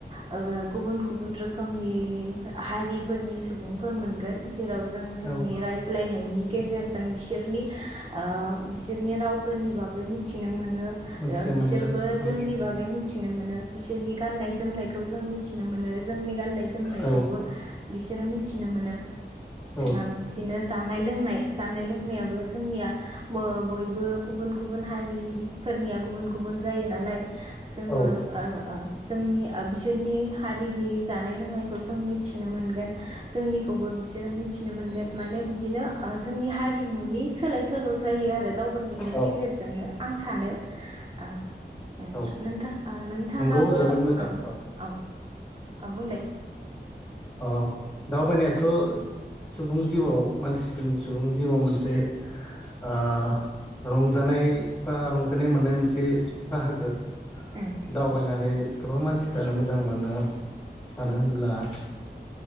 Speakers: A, on the right; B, on the left.
A: ओ गुबुन -गुबुन रोखोमनि हारिफोरनि सुबुंफोर मोनगोन जेराव जों जोंनि
B: औ
A: <unintelligible> <unintelligible> गेजेरजों बिसोरनि- बिसोरनि रावफोरनि बागै मिथिनो <unintelligible> <unintelligible>
B: मिथिनो
A: ओ बिसोरबो
B: मोनगोन उम
A: जोंनि बागै मिथिनो मोनो बिसोरनि गाननाय- जोमनायखौ जों मिथि मिथिनो मोनो जोंनि गाननाय -जोमनायखौबो
B: औ
A: बिसोरो मिथिनो मोनो।
B: औ
A: <unintelligible> बिदिनो जानाय- लोंनाय जानाय -लोंनायाबो जोंनिया बयबो गुबुन- गुबुन हारिफोरनिया गुबुन- गुबुन जायो नालाय जोङो
B: औ
A: ओ -ओ जोंनि बिसोरनि हारिनि जानाय -लोंनायखौ जों मिथिनो मोनगोन। जोंनिखौबो बिसोरो मिथिनो मोनगोन माने बिदिनो ओ जोंनि हारिमुनि सोलाय सोल' जायो आरो दावबायनायनि
B: औ
A: गेजेरजोंनो। आं सानो ओ उम
B: औ
A: नोंथां नोंथाङाबो
B: नंगौ जोबोद मोजां
A: अ -अ औ -औ बुंलाय।
B: अ दावबायनायाथ' सुबुं जिउआव मानसिफोरनि सुबुं जिउआव मोनसे ओ रंजानाय बा रंजानाय मोननाय मोनसे बाहागो।
A: उम
B: दावबायनानै गोबां मानसिफ्रानो मोजां मोनो मानो होनब्ला ओ